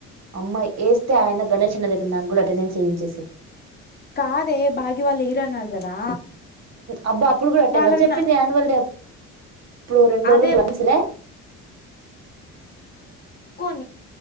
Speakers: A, on the right (about 40°); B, on the left (about 25°).
A: అమ్మాయి వేస్తే ఆయన గణేష్ అన్న దగ్గర నాకు కూడా అటెండెన్స్ వెయించేసేయ్
B: కాదే బాగీ వాళ్ళు ఎయ్యారు అన్నారు కదా
A: అబ్బా అప్పుడు కూడా అట్టే
B: వాళ్ళన్న
A: కదా చెప్పింది యాన్వల్ డే ఇప్పుడు రెండు రళ్ళ
B: అదే
A: <unintelligible> కూడా మనసులే
B: ఉ